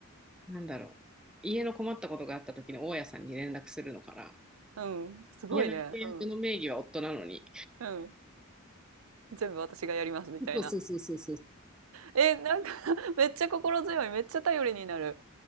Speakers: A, in the centre; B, on the right.
A: なんだろう、家の困ったことがあった時に大家さんに連絡するのから、
B: うん、すごいね。
A: 家の契約の名義は夫なのに、
B: うん、うん。全部私がやりますみたいな。
A: そうそうそうそうそう、
B: え、なんか <laughs> めっちゃ心強い。めっちゃ頼りになる。